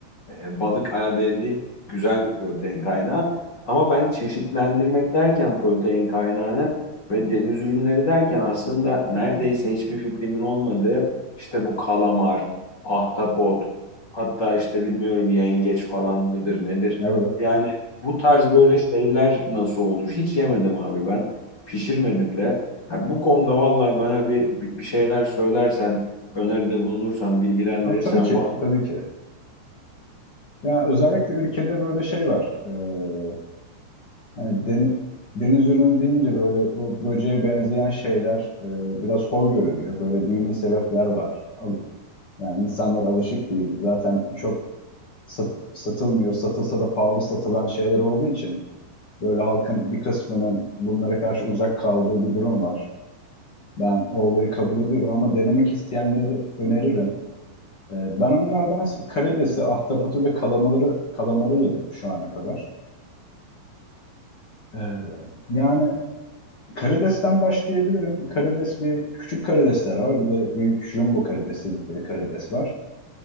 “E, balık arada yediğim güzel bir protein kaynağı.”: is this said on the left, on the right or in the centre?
Left